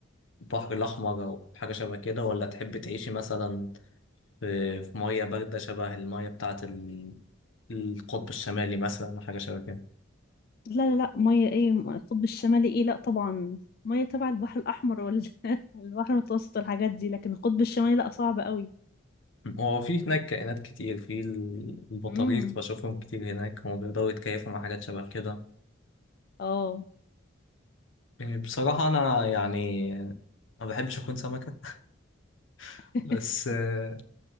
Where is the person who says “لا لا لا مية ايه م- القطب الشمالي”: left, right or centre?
Left